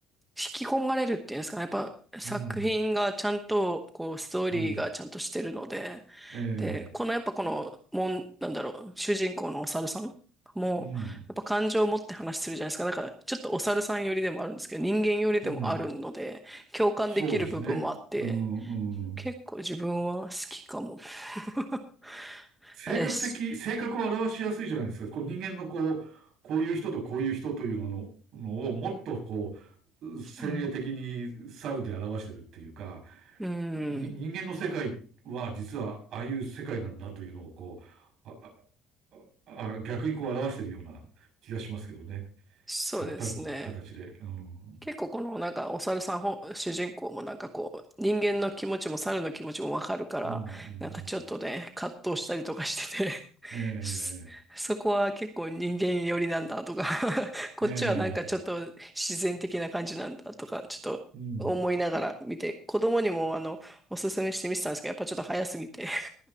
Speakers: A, in the centre; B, on the right.
A: 引き込まれるっていうんですかね。やっぱ作品がちゃんと、
B: うん、
A: こう、ストーリーがちゃんとしてるので、
B: うん、ええ、
A: で、このやっぱこの、もん、なんだろう、主人公のお猿さんも、
B: うん、
A: やっぱ感情を持って話するじゃないですか。だから、ちょっとお猿さん寄りでもあるんですけど、人間寄りでもあるので、
B: うん。
A: 共感できる部分もあって、
B: そうですね。うん、うん。
A: 結構自分は好きかも。<laughs>
B: 性格的、
A: です。
B: 性格を表しやすいじゃないですか。こう人間のこう、こういう人とこういう人というのののをもっとこう、先鋭的に猿で表してるっていうか、
A: うん。うん。
B: に、人間の世界は実はああいう世界なんだというのをこう、あ、ああ逆にこう表しているような気がしますけどね。
A: そうですね。
B: 極端に形で。うん。
A: 結構このなんかお猿さん本主人公もなんかこう人間の気持ちも猿の気持ちもわかるからなんかちょっとね葛藤したりとかしてて
B: うん、うん、うん。
A: <laughs>
B: え
A: そそこは結構人間寄りなんだとか
B: え、
A: <laughs> こっちはなんかちょっと自然的な感じなんだとかちょっと思いながら見て子供にもあのおすすめして見てたんですけどやっぱちょっと早すぎて
B: ええ、うん。